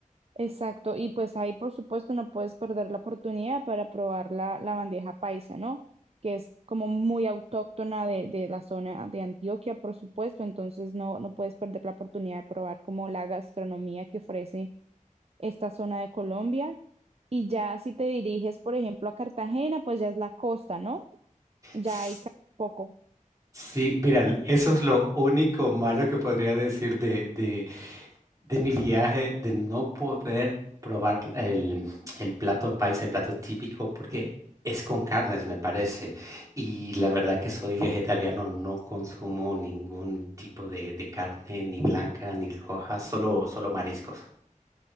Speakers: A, on the right (about 45°); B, on the right (about 25°).
A: Exacto, y pues ahí por supuesto no puedes perder la oportunidad para probar la, la bandeja paisa, ¿no? Que es como muy autóctona de, de la zona de Antioquia, por supuesto, entonces no, no puedes perder la oportunidad de probar como la gastronomía que ofrece esta zona de Colombia. Y ya si te diriges, por ejemplo, a Cartagena, pues ya es la costa, ¿no? Ya
B: S-
A: hay ca- poco.
B: Sí, mira, l- eso es lo único malo que podría decir de, de, de mi viaje de no poder probar el, el plato paisa, el plato típico, porque es con carnes, me parece. Y la verdad que soy vegetariano, no consumo ningún tipo de, de carne, ni blanca, ni roja, solo, solo mariscos.